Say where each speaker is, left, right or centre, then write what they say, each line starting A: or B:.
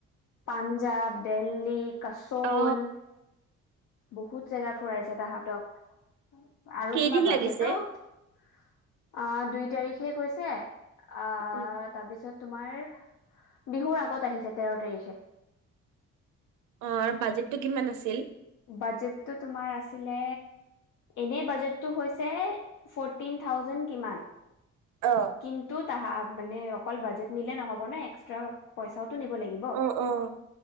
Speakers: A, on the left; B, on the right.
A: পাঞ্জাৱ, দেল্লী। কাচল।
B: অ
A: বহুত জেগা ফুৰাইছে তাহাঁতক। আৰু
B: কেইদিন
A: তোমাৰ বাজেটো
B: লাগিছে
A: অ দুই তাৰিখে কৈছে, অ
B: উম,
A: তাৰপিছত তোমাৰ বিহুৰ আগত আহিছে তেৰ তাৰিখে।
B: অ বাজেটটো কিমান আছিল?
A: বাজেটটো তোমাৰ আছিলে, এনেই বাজেটটো হৈছিলে ফৰটিন টাউজেন কিমান।
B: অ
A: কিন্তু তা মানে অকল বাজেট নিলে নহ'ব ন এক্সট্ৰা পইচাও টো নিব লাগিব।
B: অ অ